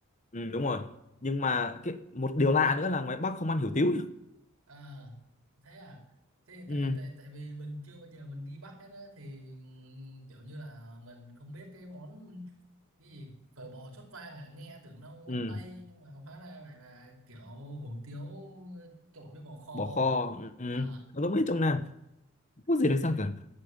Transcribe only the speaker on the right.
ờ, thế à. Thế thì
tại tại tại vì mình chưa bao giờ mình đi Bắc hết á thì ừm, kiểu như là mình không biết cái món cái gì phở bò sốt vang à, nghe tưởng đâu món
Tây nhưng mà hóa ra lại là kiểu hủ tiếu trộn với bò kho.
À,
thế